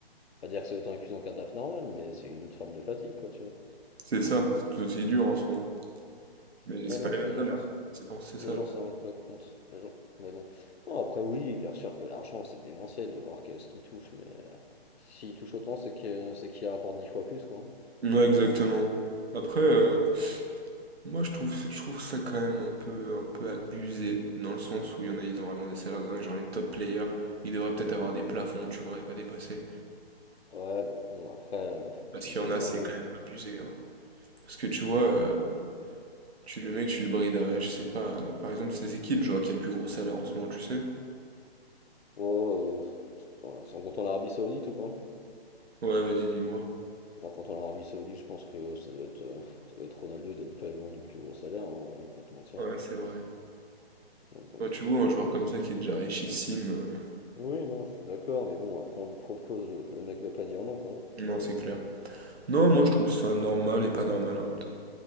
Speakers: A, on the left; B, on the right.
A: pas dire que c'est autant épuisant qu'un taf normal, mais c'est une autre forme de fatigue, quoi, tu vois.
B: C'est ça, c'est tout aussi dur en soi. Mais
A: Mais
B: c'est
A: non,
B: pas les mêmes
A: mais les
B: salaires.
A: gens, s-
B: C'est pour c'est ça.
A: les gens
B: là.
A: s'en rendent pas compte, les gens. Mais bon, non, après oui, bien sûr que l'argent c'est démentiel de voir que- ce qui touche, mais euh, s'il touche autant, c'est que c'est qu'il rapporte 10 fois plus, quoi.
B: Ouais, exactement. Après, euh, Moi, je trouve, je trouve ça quand même un peu, un peu abusé, dans le sens où il y en a, ils ont vraiment des salaires de dingue, genre les top players, ils devraient peut-être avoir des plafonds, tu vois, et pas dépasser.
A: Ouais, mais bon, après, euh,
B: Parce
A: je
B: qu'il
A: dis pas
B: y en a,
A: que ça
B: c'est
A: ruine.
B: quand même abusé, hein. Parce que tu vois, euh, tu le mec, tu le brides à, je sais pas, euh, par exemple, c'est c'est qui le joueur qui a le plus gros salaire en ce moment, tu sais?
A: Oh, euh, ouais, sans compter l'Arabie Saoudite ou pas?
B: Ouais, vas-y, dis-moi.
A: Bon, En comptant l'Arabie Saoudite, je pense que ça doit être, euh, ça doit être Ronaldo, il doit être pas loin du plus gros salaire, hein, je vais pas te mentir.
B: Ouais, c'est vrai.
A: Donc, donc
B: Quand tu
A: euh,
B: vois un joueur comme ça qui est déjà richissime, euh,
A: oui, non, je suis d'accord, mais bon, après on lui propose, le, le mec va pas dire non, quoi.
B: non, c'est clair. Non,
A: Donc,
B: moi,
A: c'est-
B: je trouve ça normal et pas normal en même temps.